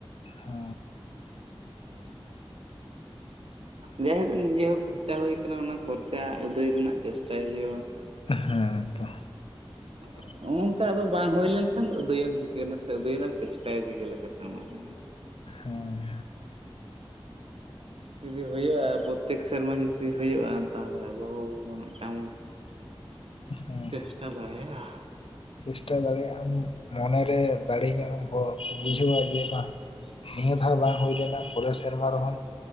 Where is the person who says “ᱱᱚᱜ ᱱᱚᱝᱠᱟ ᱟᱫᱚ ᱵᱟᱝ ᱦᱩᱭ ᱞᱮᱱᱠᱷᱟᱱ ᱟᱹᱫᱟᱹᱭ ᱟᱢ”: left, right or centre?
Right